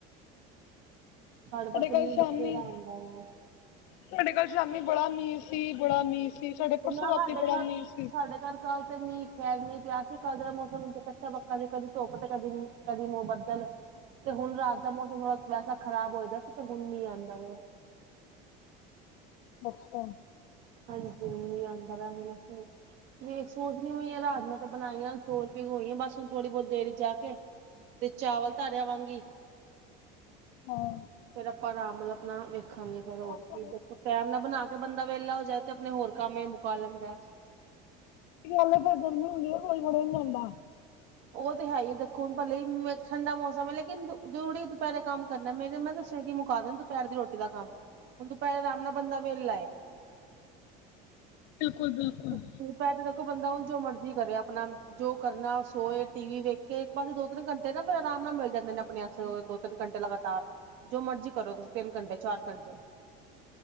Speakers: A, on the right; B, on the left.
A: ਸਾਡੇ ਪਾਸੇ
B: ਕੱਲ
A: ਮੀਂਹ
B: ਸ਼ਾਮੀ
A: ਬਥੇਰਾ ਆਂਦਾ ਆ।
B: ਸਾਡੇ ਕੋਲ ਸ਼ਾਮੀ ਬੜਾ ਮੀਂਹ ਸੀ ਬੜਾ ਮੀਂਹ ਸੀ ਸਾਡੇ ਪਰਸੋਂ
A: ਨਾ
B: ਰਾਤੀ
A: ਸਾਡੇ
B: ਬੜਾ
A: ਘਰ
B: ਮੀਂਹ ਸੀ।
A: ਸਾਡੇ ਘਰ ਕੱਲ ਤੇ ਮੀਂਹ ਖੈਰ ਮੀਂਹ ਪਿਆ ਸੀ ਕੱਲ ਦਾ ਮੌਸਮ ਕੱਚਾ ਪੱਕ ਦੀ ਕਦੀ ਧੁੱਪ ਤੇ ਕਦੀ ਕਦੀ ਮ ਬੱਦਲ ਤੇ ਹੁਣ ਰਾਤ ਦਾ ਮੌਸਮ ਥੋੜਾ ਸਾ ਖਰਾਬ ਹੋਈ ਦਾ ਸੀ ਤੇ ਹੁਣ ਨੀ ਮੀਂਹ ਆਂਦਾ <unintelligible>
B: ਅੱਛਾ,
A: ਹਾਂਜੀ ਮੀਂਹ ਆਂਦਾ ਵਾ <unintelligible> ਦੇਖ ਨ ਹੋਈ ਹੈ ਰਾਜਮਾਂ ਤਾਂ ਬਣਾਈਆਂ ਚੋਲ ਪੀ ਹੋਈਆਂ ਬਸ ਹੁਣ ਥੋੜੀ ਬਹੁਤ ਦੇਰ ਵਿੱਚ ਜਾ ਕੇ ਤੇ ਚਾਵਲ ਧਰਿਆ ਆਵਾਂਗੀ।
B: ਹਾਂ
A: ਫੇਰ ਆਪਾਂ ਆਰਾਮ ਨਾਲ ਆਪਣਾ ਵੇਖਾਂਗੇ। ਫਿਰ ਹੋਰ
B: ਉਹ ਘਰੇ
A: ਕੀ ਦੇਖੋ ਟੈਮ ਨਾਲ ਬਣਾ
B: ਬੱਚੇ
A: ਕੇ ਬੰਦਾ ਵਿਹਲਾ ਹੋ ਜਾਏ ਤੇ ਆਪਣੇ ਹੋਰ ਕੰਮ ਹੀ ਮੁਕਾ ਲੈਂਦਾ
B: ਹੱਲੇ ਫਿਰ ਗਰਮੀ ਹੁੰਦੀ ਹੈ ਕੋਈ ਬੜੇ ਨੀ ਜਾਂਦਾ।
A: ਉਹ ਤੇ ਹੈਈ ਐ ਦੇਖੋ ਹੁਣ ਪਲੇ ਠੰਡਾ ਮੌਸਮ ਐ ਲੇਕਿਨ ਜ਼ਰੂਰੀ ਦੁਪਹਿਰੇ ਕੰਮ ਕਰਨਾ ਮੇਰੇ ਮੈਂ ਤਾਂ ਸਵੇਰੇ ਹੀ ਮੁਕਾ ਦੇਣਾ ਦੁਪਹਿਰ ਦੀ ਰੋਟੀ ਦਾ ਕੰਮ ਹੁਣ ਦੁਪਹਿਰ ਆਰਾਮ ਨਾਲ ਬੰਦਾ ਵਿਹਲਾ ਏ। <inaudible>
B: ਬਿਲਕੁਲ ਬਿਲਕੁਲ।
A: ਦੁਪਹਿਰੇ ਤੇ ਦੇਖੋ ਬੰਦਾ ਹੁਣ ਜੋ ਮਰਜ਼ੀ ਕਰੇ ਆਪਣਾ ਜੋ ਕਰਨਾ ਸੋਏ ਟੀ ਵੀ ਵੇਖੇ ਇੱਕ ਪਾਸੇ ਦੋ ਤਿੰਨ ਘੰਟੇ ਨਾ ਫਿਰ ਆਰਾਮ ਨਾਲ ਮਿਲ ਜਾਂਦੇ ਨੇ ਆਪਣੇ ਦੋ ਤਿੰਨ ਘੰਟੇ ਲਗਾਤਾਰ। ਜੋ ਮਰਜ਼ੀ ਕਰੋ ਤੁਸੀਂ ਤਿੰਨ ਘੰਟੇ ਚਾਰ ਘੰਟੇ